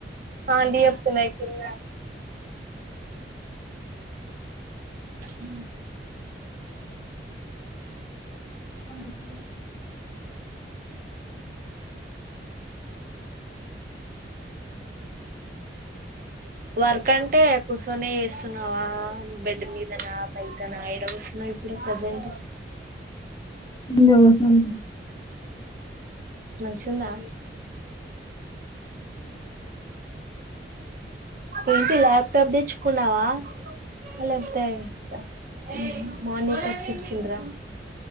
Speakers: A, on the right (about 50°); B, on the left (about 25°).
A: ఆంటీ చెప్తున్నాయి కింద హ్
B: <inaudible>
A: వర్క్ అంటే కూసోని ఎస్సున్నావా బెడ్ మీదనా బయటనా ఎడ కూసున్నావ్ ఇప్పుడు ప్రజెంట్
B: కింద కూసుంట
A: మంచ్గుందా ఏంటి ల్యాప్‌టాప్ తెచ్చుకున్నావా అలబ్ తాయి త ఉమ్ మానిటర్స్ ఇచ్చిండ్రా